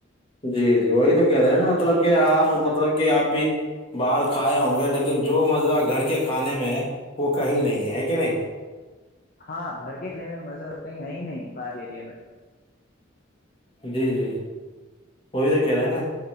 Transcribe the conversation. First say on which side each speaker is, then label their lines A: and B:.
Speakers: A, on the left; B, on the left.
A: جی جی وہی تو کہہ رہے ہیں نا مطلب کہ آپ مطلب کہ آپ بھی باہر کھائے ہوں گے لیکن جو مزہ گھر کے کھانے میں ہے وہ کہیں نہیں ہے ہے کہ نہیں
B: ہاں گھر کےکھانے کا مزہ کہیں ہے ہی نہیں باہر اییرے میں
A: جی جی وہ بھی تو کہہ رہے ہیں نا